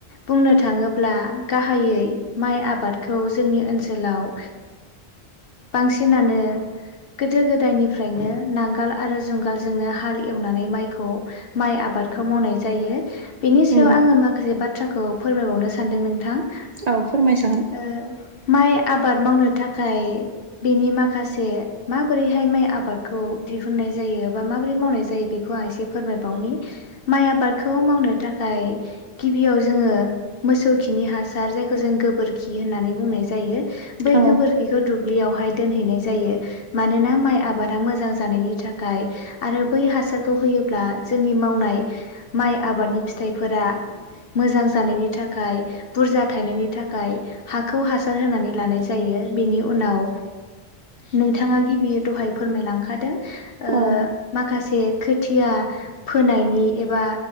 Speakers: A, on the left; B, on the right.
A: बुंनो थाङोब ब्ला गाहायै माइ आबाद आबादखौ जोंनि ओनसोलाव बांसिनानो गोदो गोदायनिफ्रायनो नांगोल आरो जुंगालजोंनो हाल एवनानै माइखौ माइ आबादखौ मावनाय जायो बेनि सायाव
B: उम
A: आङो माखासे बाथ बाथ्राखौ फोरमायबावनो सानदों नोंथां
B: औ फोरमायसागोन
A: ओ माइ आबाद मावनो थाखाय बेनि माखासे माबोरैहाय माइ आबादखौ दिहुननाय जायो बा माबोरै मावनाय जायो बेखौ आं एसे फोरमायबावनि माइ आबादखौ मावनो थाखाय गिबियाव जोङो मोसौ खिनि हासार जायखौ जों गोबोरखि खि होननानै बुंनाय जायो बै
B: औ
A: गोबोरखिखौ दुब्लियावहाय दोनहैनाय जायो मानोना माइ आबादा मोजां जानायनि थाखाय आरो बै हासारखौ होयोब्ला जोंनि मावनाय माइ आबादनि फिथाइफोरा मोजां जानायनि थाखाय बुरजा थनायनि थाखाय हाखौ हासार होनानै लानाय जायो बेनि उनाव नोंथाङा गिबि दहाय फोरमायलांखादों ओ
B: औ
A: माखासे खोथिया फोनायनि एबा